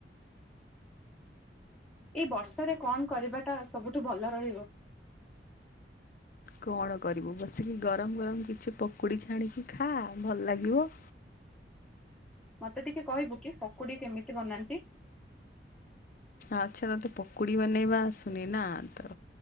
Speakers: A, in the centre; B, on the left (about 50°).
A: ଏଇ ବର୍ଷାରେ କଣ କରିବାଟା ସବୁଠୁ ଭଲ ରହିବ?
B: କଣ କରିବୁ ବସିକି ଗରମ ଗରମ କିଛି ପକୋଡି ଛାଣିକି ଖାଆ ଭଲ ଲାଗିବ।
A: ମତେ ଟିକେ କହିବୁ କି ପକୁଡି କେମିତି ବନାନ୍ତି?
B: ଆଚ୍ଛା ତତେ ପକୁଡି ବନେଇବା ଆସୁନି ନା ତ